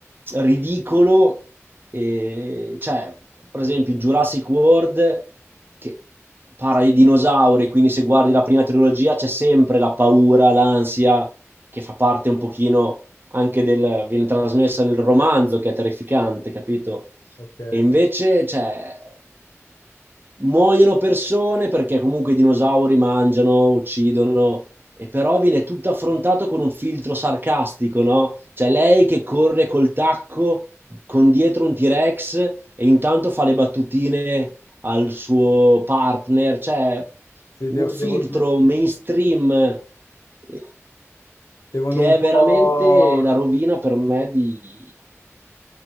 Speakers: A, on the right (about 40°); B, on the left (about 90°).
A: ridicolo e, cioè, per esempio, in Jurassic World, che parla di dinosauri, quindi se guardi la prima trilogia c'è sempre la paura, l'ansia, che fa parte un pochino anche del... viene trasmessa nel romanzo, che è terrificante, capito?
B: Ok.
A: E invece, cioè, Muoiono persone perché comunque i dinosauri mangiano, uccidono, e però viene tutto affrontato con un filtro sarcastico, no? Cioè lei che corre col tacco con dietro un T-Rex e intanto fa le battutine al suo partner, cioè
B: Sì,
A: un
B: devo-
A: filtro
B: devo-
A: mainstream eh,
B: devono
A: che
B: un po'...
A: è veramente la rovina per me di